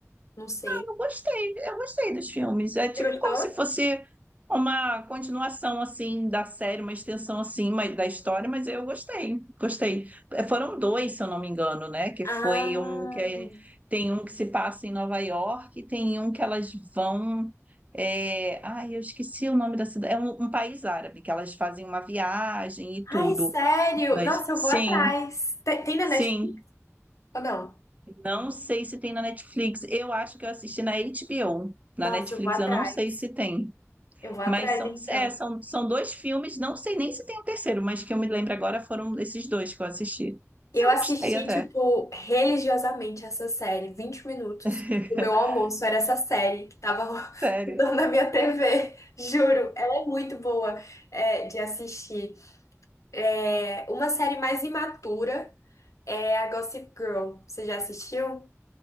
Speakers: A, on the left; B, on the right.
A: Não sei.
B: Eu gostei, eu gostei dos filmes. É tipo
A: Você gostou?
B: como se fosse uma continuação assim da série, uma extensão assim mas, da história, mas eu gostei, gostei. Eh, Foram dois, se eu não me engano, né? Que
A: Ah.
B: foi um que é- tem um que se passa em Nova York e tem um que elas vão. eh, Ai, eu esqueci o nome da cidade. É um, um país árabe que elas fazem uma viagem e tudo.
A: Ai, sério?
B: Mas
A: Nossa, eu
B: sim,
A: vou atrás. Tem, tem na
B: sim.
A: Netflix ou não?
B: Não sei se tem na Netflix. Eu acho que eu assisti na HBO.
A: Nossa,
B: Na Netflix
A: eu vou atrás.
B: eu não sei se tem.
A: Eu vou atrás,
B: Mas são,
A: então.
B: é, são, são dois filmes, não sei nem se tem um terceiro, mas que eu me lembro agora foram esses dois que eu assisti. Mas
A: Eu
B: Eu
A: assisti,
B: gostei até.
A: tipo, religiosamente essa série, 20 minutos.
B: <laughs>
A: O meu almoço era essa série que tava <laughs>
B: Sério.
A: rodando na minha TV. Juro, ela é muito boa, é, de assistir. É, uma série mais imatura é a Gossip Girl. Você já assistiu?